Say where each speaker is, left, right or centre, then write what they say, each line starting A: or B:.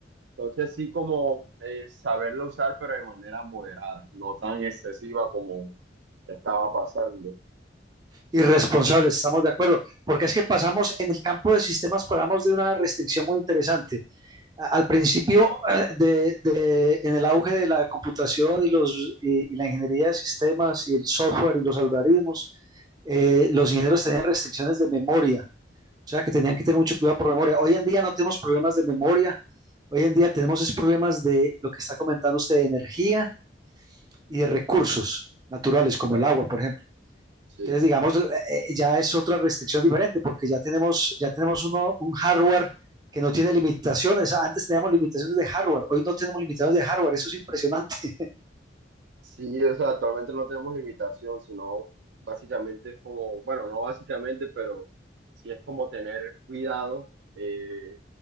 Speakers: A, on the right; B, on the right.
A: Entonces sí como eh, saberlo usar, pero de manera moderada, no tan excesiva como estaba pasando.
B: Irresponsables, estamos de acuerdo, porque es que pasamos en el campo de sistemas, pasamos de una restricción muy interesante. A- Al principio, eh, de, de- en el auge de la computación y, los, y, y la ingeniería de sistemas y el software y los algoritmos, eh, los ingenieros tenían restricciones de memoria O sea que tenían que tener mucho cuidado por memoria. Hoy en día no tenemos problemas de memoria. Hoy en día tenemos es problemas de lo que está comentando usted, de energía y de recursos naturales, como
A: O sea,
B: el agua, por ejemplo.
A: sí.
B: Entonces, digamos, eh, eh, ya es otra restricción diferente, porque ya tenemos, ya tenemos uno, un hardware que no tiene limitaciones. Antes teníamos limitaciones de hardware, hoy no tenemos limitaciones de hardware, eso es impresionante. <laughs>
A: Sí, o sea, actualmente no tenemos limitación, sino básicamente es como, bueno, no básicamente, pero sí es como tener cuidado eh,